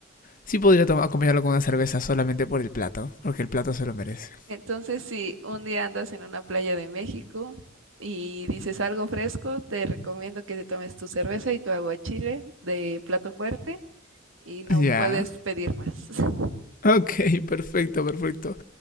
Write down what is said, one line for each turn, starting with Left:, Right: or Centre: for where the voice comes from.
Left: sí podría tomar acompañarlo con una cerveza solamente por el plato. Porque el plato se lo merece.
Right: Entonces, si un día andas en una playa de México y dices algo fresco, te recomiendo que te tomes tu cerveza y tu aguachile de plato fuerte y no
Left: Ya. <laughs> Yeah.
Right: puedes pedir más. <laughs>
Left: Ok, perfecto, perfecto.